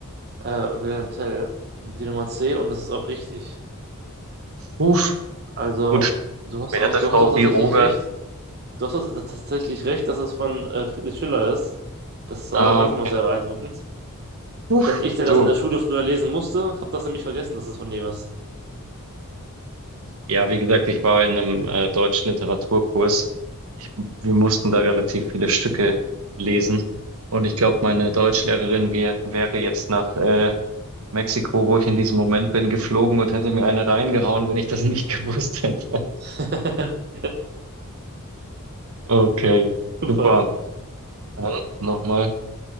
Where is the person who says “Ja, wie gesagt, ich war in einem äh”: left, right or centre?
Right